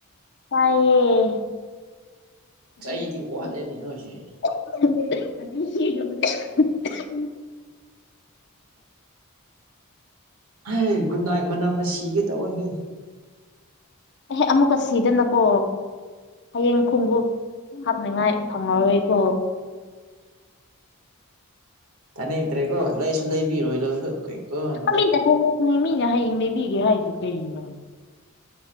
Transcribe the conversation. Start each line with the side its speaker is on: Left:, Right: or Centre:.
Left: ꯇꯌꯦꯌꯦ ꯑꯍꯨ
Right: ꯆꯩꯗꯤ ꯋꯥꯠꯂꯦꯅꯦ ꯅꯣꯏꯁꯦ
Left: ꯑꯍ <unintelligible>
Right: ꯍ ꯒꯨꯗ ꯅꯥꯏꯠ ꯃꯅꯝꯅ ꯁꯤꯒꯦ ꯇꯧꯋꯍꯦ
Left: ꯑꯦꯍꯦ ꯑꯃꯨꯛꯀ ꯁꯤꯗꯅꯀꯣ ꯍꯌꯦꯡ ꯈꯣꯡꯎꯞ ꯍꯥꯞꯅꯤꯡꯉꯥꯏ ꯐꯪꯉꯔꯣꯏꯀꯣ
Right: ꯇꯥꯅꯤꯡꯇ꯭ꯔꯦꯀꯣ ꯂꯩꯁꯨ ꯂꯩꯕꯤꯔꯣꯏꯗꯕꯗ ꯀꯩꯀꯥꯟ
Left: ꯃꯤꯅ ꯍꯌꯦꯡꯅꯦ ꯃꯤꯅ ꯍꯌꯦꯡ ꯂꯩꯕꯤꯒꯦ ꯍꯥꯏꯗꯨ ꯀꯩꯅꯣ